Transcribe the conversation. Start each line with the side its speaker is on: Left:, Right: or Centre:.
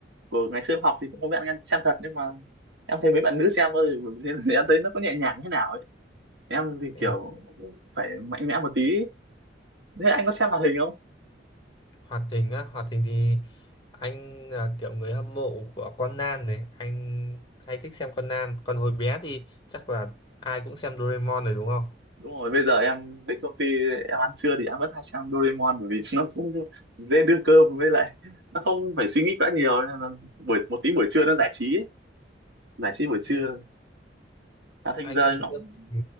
Right: của ngày xưa em học thì cũng có bạn em xem thật nhưng mà em thấy mấy bạn nữ xem thôi <laughs> nên em thấy nó có nhẹ nhàng thế nào ấy em thì
Left: Thế
Right: kiểu
Left: à,
Right: cũng phải mạnh mẽ một tí thế anh có xem hoạt hình không
Left: Hoạt Thình á, Hoạt Thình thì anh là kiểu người hâm mộ của Conan này, anh hay thích xem Conan. Còn hồi bé thì chắc là ai cũng xem Doraemon rồi đúng không?
Right: đúng rồi bây giờ em đến công ty em ăn trưa thì em vẫn hay xem Doraemon bởi vì nó cũng dễ đưa cơm với lại nó không phải suy nghĩ quá nhiều nên là buổi một tí buổi trưa nó giải trí ấy. giải trí buổi trưa
Left: Ừ,
Right: đã thành
Left: anh
Right: giờ
Left: ăn
Right: nó
Left: cơm
Right: cũng-
Left: thì